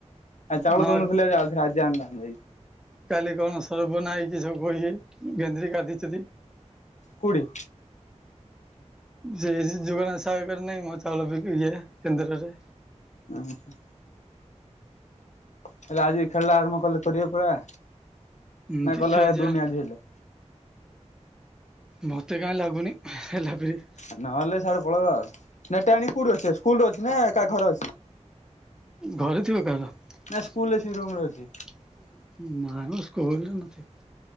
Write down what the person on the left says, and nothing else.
ଆ, ଚାଉଳ
ଦଉନଥିଲେ ହେଲେ ଆଜି ଆଜି ଆଣିଲା ଯାଇ।
କୋଉଠି?
ଅଁ, ହଁ। ହେଲେ ଆଜି ଖେଳଟା ଆରମ୍ଭ କଲେ କରିବେ ପରା।
ନାଇଁ
କଲା
ଦୁନି ଆଜି ହେଲେ।
ଆ, ନହେଲେ ସିଆଡେ ପଳେଇବା। ନେଟ୍ ଟା ଆଣି କୋଉଠି ଅଛି, ସ୍କୁଲ୍ ରେ ଅଛି ନା କାହା ଘରେ ଅଛି?
ନା
ସ୍କୁଲ ଏସି ରୁମ ରେ ଅଛି।